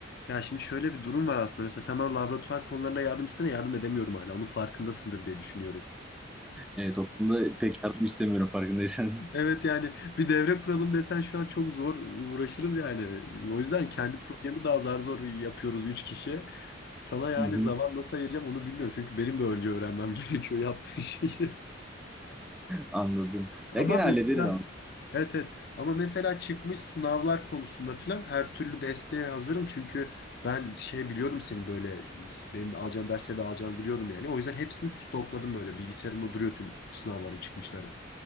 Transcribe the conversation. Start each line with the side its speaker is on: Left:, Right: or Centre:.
Left: Ya şimdi şöyle bir durum var aslında. Mesela sen bana laboratuvar konularında yardım istene yardım edemiyorum hala. Onun farkındasındır diye düşünüyorum.
Centre: Evet o konuda pek yardım istemiyorum farkındaysan.
Left: Evet yani bir devre kuralım desen şu an çok zor uğraşırız yani. O yüzden kendi projemi daha zar zor yapıyoruz 3 kişi. Sana yani
Centre: <laughs> Hı hı,
Left: zaman nasıl ayıracağım onu bilmiyorum. Çünkü benim de önce öğrenmem <laughs> gerekiyor yaptığın şeyi.
Centre: Anladım.
Left: Ama
Centre: Ya gene hallederiz
Left: mesela
Centre: ama.
Left: Evet evet ama mesela çıkmış sınavlar konusunda filan her türlü desteğe hazırım çünkü ben şey biliyordum senin böyle benim de alacağım derse de alacağını biliyordum yani o yüzden hepsini stokladım böyle bilgisayarımda duruyor tüm sınavları çıkmışları.